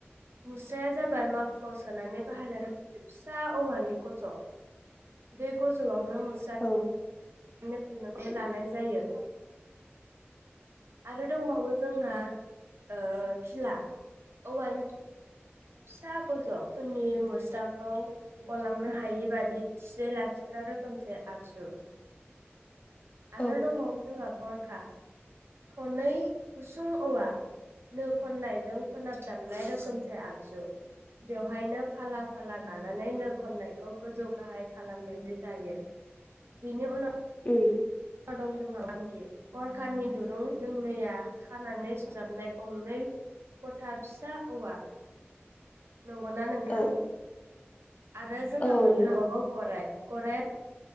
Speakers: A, on the right; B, on the left.
A: मुस्राया जाबाय मा खुआव सोनानै बाहायना रोखोम फिसा औवानि गज' बे गज'आव नो मुस्रा
B: औ
A: <unintelligible> लानाय जायो। आरो दंबावो जोंहा ओ खिला औवानि फिसा गज' <unintelligible> मुस्राखौ गलांनो हायि बादि थियै लाखिग्रा रोखोमसे आगजु। आरो
B: उम
A: दंबावो जोंहा गर खा थरनै गुसुं औवा नो खननायजों फोनाबजाबनाय रोखोमसे आग जु बेवहायनो फाला फाला गानानै नो खननायखौ गोजौ गाहाय खालामना जि दायो बिनि उनाव
B: उम
A: <unintelligible> गरखानि दु रुं दोंनैया खानानै सरजाबनाय गंनै गथा फिसा औवा नंगौना नोंथां
B: औ
A: आरो जोंहा
B: औ
A: मोननो
B: नंगौ
A: हाबावो गराय गराय